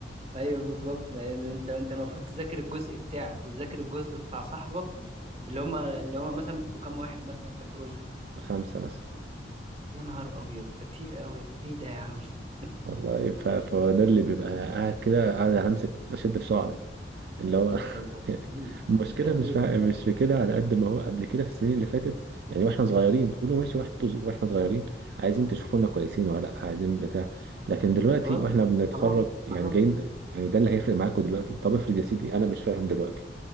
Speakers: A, on the right; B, on the right.
A: ايوه بالظبط لان انت انت المفروض تذاكر الجزء بتاعك وتذاكر الجزء بتاع صاحبك اللي هما اللي هما مثلا بتبقوا كام واحد مثلا في البروجكت
B: خمسة مثلا
A: يا نهار ابيض ده كتير قوي ايه ده يا عم <laughs>
B: والله ف- فده اللي بيبقى قاعد كده قاعد همسك بشد في شعري اللي هو
A: ده انت
B: <laughs> المشكله
A: ده
B: مش
A: ايه
B: في
A: ده
B: مش
A: بجد؟
B: في كده على قد ما هو قبل كده في السنين اللي فاتت يعني واحنا صغيرين تقولوا ماشي واحد طز- واحنا صغيرين عايزين تشوفونا كويسين ولا لا عايزين بتاع لكن دلوقتي
A: بالظبط
B: واحنا بنتخرج
A: خلاص اتخرجنا
B: يعني جايين يعني ده اللي هيفرق معاكم دلوقتي طب افرض يا سيدي انا مش فاهم دلوقتي